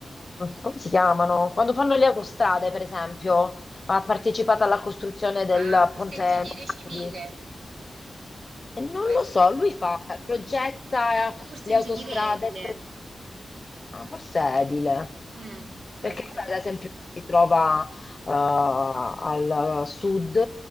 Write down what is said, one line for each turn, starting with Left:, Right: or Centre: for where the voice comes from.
Left: come si chiamano? Quando fanno le autostrade, per esempio, ha partecipato alla costruzione del
Right: Ah, forse
Left: ponte
Right: ingegnere civile,
Left: Morandi. E non
Right: può essere.
Left: lo so, lui fa, progetta
Right: O forse
Left: le
Right: ingegnere
Left: autostrade,
Right: edile.
Left: Ah, forse è edile,
Right: Mm, può
Left: perché
Right: essere.
Left: ora, ad esempio si trova eh, al sud